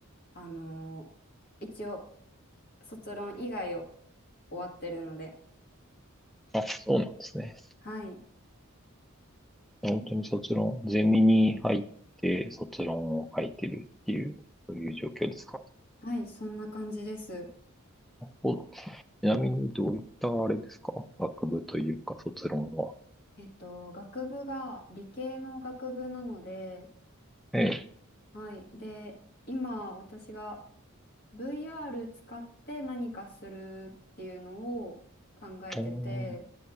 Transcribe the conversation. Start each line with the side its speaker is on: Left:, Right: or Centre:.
Left: あの一応、卒論以外を終わってるので、
Centre: あ、そうなんですね。
Left: はい、
Centre: 本当に卒論、ゼミに入って卒論を書いてるっていう、そういう状況ですか。
Left: はい、そんな感じです。
Centre: おちなみにどういったあれですか学部というか卒論は。
Left: えっと、学部が理系の学部なので、
Centre: ええ。
Left: はい。で、今私が VR 使って何かするっていうのを考えてて、
Centre: うーん